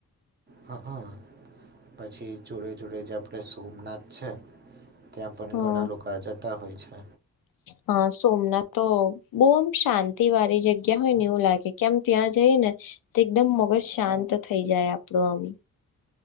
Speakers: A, on the right (about 30°); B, on the left (about 70°).
A: હા હા પછી જોડે જોડે <unintelligible> આપણે સોમનાથ છે, ત્યાં પણ
B: હ
A: ઘણા લોકો જતા હોય છે..
B: હા સોમનાથ તો બો આમ શાંતિ વાળી જગ્યા હોય ને એવું લાગે કે આમ ત્યાં જએ ને તે એકદમ મગજ શાંત થઇ જાય આપડું આમ